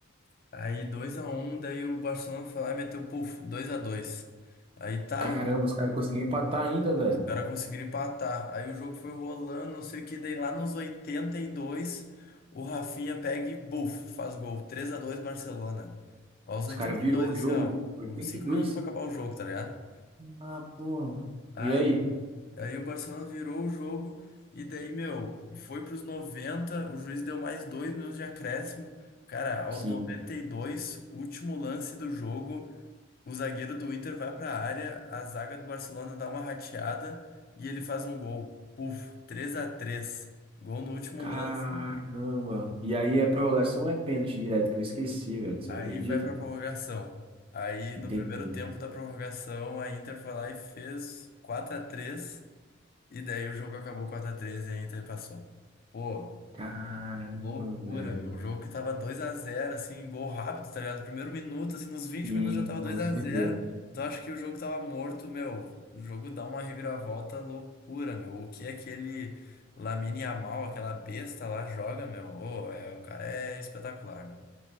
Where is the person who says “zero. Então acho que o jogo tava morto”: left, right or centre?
Left